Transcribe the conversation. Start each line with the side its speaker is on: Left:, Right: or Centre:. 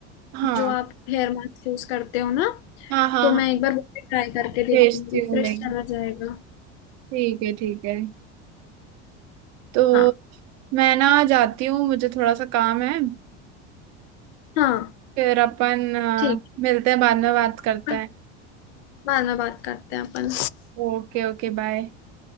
Right: हाँ
Left: जो आप हेयर मास्क यूज करते हो ना
Right: हाँ हाँ
Left: तो
Right: हाँ
Left: मैं एक बार वो भी ट्राई करके
Right: भेजती
Left: देखूंगी
Right: हूँ
Left: फ्रेश
Right: लिंक
Left: चला जाएगा
Right: ठीक है ठीक है तो
Left: हाँ
Right: मैं ना जाती हूँ मुझे थोड़ा सा काम है
Left: हाँ
Right: फिर अपन अ,
Left: ठीक
Right: मिलते हैं बाद में बात करते
Left: है
Right: हैं
Left: बाद में बात करते हैं अपन
Right: Okay okay bye